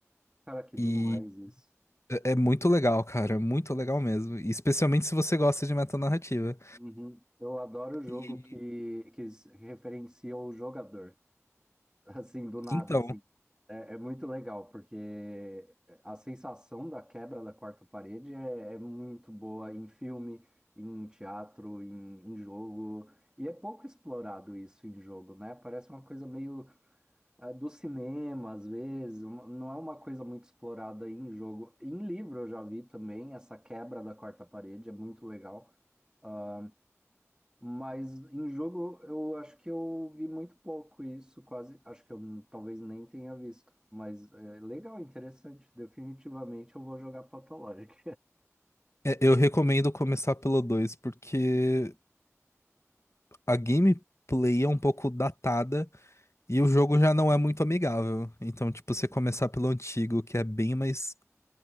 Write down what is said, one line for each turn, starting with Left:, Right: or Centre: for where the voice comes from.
Right: cara, que
Left: E
Right: demais isso.
Left: é é muito legal, cara, é muito legal mesmo. E especialmente se você gosta de metanarrativa.
Right: Uhum. Eu adoro o jogo
Left: E
Right: que, que s- referencia o jogador, <laughs> assim, do nada,
Left: então,
Right: assim. É, é muito legal, porque a sensação da quebra da quarta parede é, é muito boa em filme, em teatro, em, em jogo. E é pouco explorado isso em jogo, né? Parece uma coisa meio ah, do cinema, às vezes, uma- não é uma coisa muito explorada em jogo. Em livro eu já vi também, essa quebra da quarta parede é muito legal. Ah, Mas em jogo eu acho que eu vi muito pouco isso, quase, acho que eu n- talvez nem tenha visto. Mas é legal, interessante. Definitivamente eu vou jogar Pathologic.
Left: é, eu recomendo começar pelo 2 porque a gameplay é um pouco datada e o jogo já não é muito amigável. Então, tipo,
Right: <laughs>
Left: você começar pelo antigo, que é bem mais